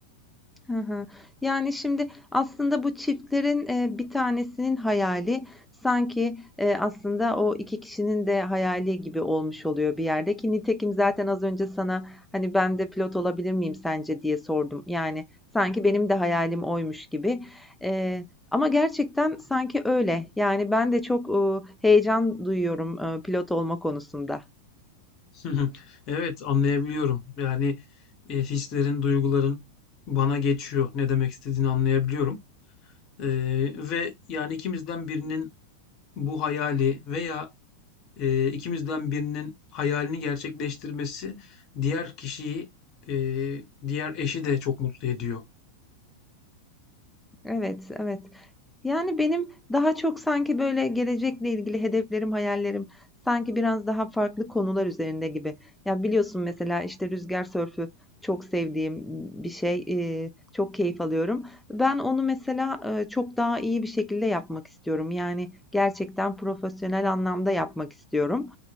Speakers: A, in the centre; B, on the left (about 35°).
A: Hı hı. Yani şimdi aslında bu çiftlerin e, bir tanesinin hayali sanki e, aslında o iki kişinin de hayali gibi olmuş oluyor bir yerde ki nitekim zaten az önce sana hani ben de pilot olabilir miyim sence diye sordum. Yani sanki benim de hayalim oymuş gibi. E, ama gerçekten sanki öyle. Yani ben de çok e, heyecan duyuyorum e, pilot olma konusunda.
B: Hı hı. Evet, anlayabiliyorum. Yani e, hislerin, duyguların bana geçiyor. Ne demek istediğini anlayabiliyorum. E, ve yani ikimizden birinin bu hayali veya e, ikimizden birinin hayalini gerçekleştirmesi diğer kişiyi, e, diğer eşi de çok mutlu ediyor.
A: Evet, evet. Yani benim daha çok sanki böyle gelecekle ilgili hedeflerim, hayallerim sanki biraz daha farklı konular üzerinde gibi. Ya biliyorsun mesela işte rüzgar sörfü çok sevdiğim bir şey, eee, çok keyif alıyorum. Ben onu mesela eee, çok daha iyi bir şekilde yapmak istiyorum. Yani gerçekten profesyonel anlamda yapmak istiyorum.